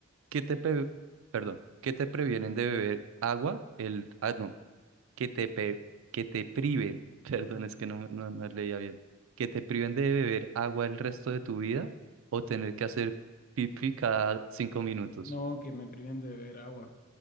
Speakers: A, on the right (about 70°); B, on the left (about 40°).
A: qué te pe- Perdón, ¿qué te previenen de beber agua? El... Ah, no. que te, pe- que te
B: Sí.
A: priven, <laughs> perdón,
B: Ajá.
A: es que no, no, no leía bien, que te priven de beber agua el resto de tu vida o tener que hacer pipí cada cinco minutos.
B: No, que me priven de beber agua.